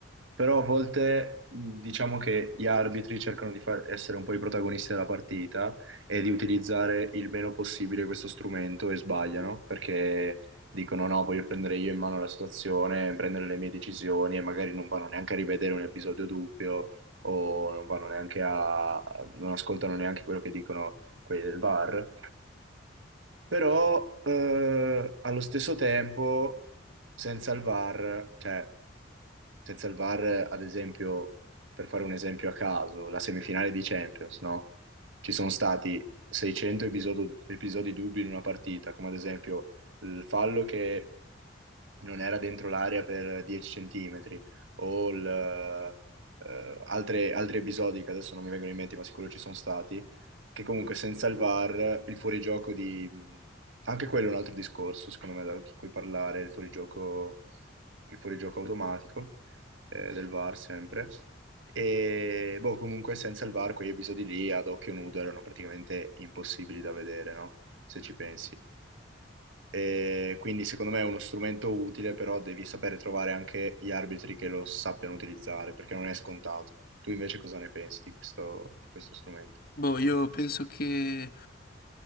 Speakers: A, on the right; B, on the left.
A: però a volte mh, diciamo che gli arbitri cercano di far- essere un po' i protagonisti della partita e di utilizzare il meno possibile questo strumento e sbagliano perché dicono no, voglio prendere io in mano la situazione, prendere le mie decisioni e magari non vanno neanche a rivedere un episodio dubbio o non vanno neanche a, non ascoltano neanche quello che dicono quelli del VAR, però eh, allo stesso tempo senza il VAR, cioè senza il VAR, ad esempio, per fare un esempio a caso, la semifinale di Champions, no? Ci sono stati 600 episodo- episodi dubbi in una partita, come ad esempio il fallo che non era dentro l'area per 10 centimetri, o il, eh, altre- altri episodi che adesso non mi vengono in mente, ma sicuro ci sono stati, che comunque senza il VAR, il fuorigioco di... Anche quello è un altro discorso, secondo me, da- su cui parlare, il fuorigioco, il fuorigioco automatico eh, del VAR sempre. E boh, comunque senza il VAR quegli episodi lì ad occhio nudo erano praticamente impossibili da vedere, no? Se ci pensi. E quindi secondo me è uno strumento utile, però devi sapere trovare anche gli arbitri che lo sappiano utilizzare, perché non è scontato. Tu invece cosa ne pensi di questo, di questo strumento?
B: Boh, io penso che